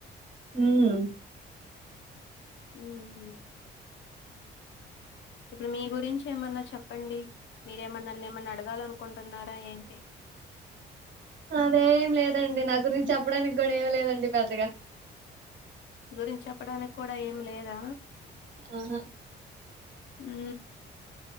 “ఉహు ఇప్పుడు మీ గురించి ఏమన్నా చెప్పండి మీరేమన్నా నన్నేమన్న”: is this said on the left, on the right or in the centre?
Left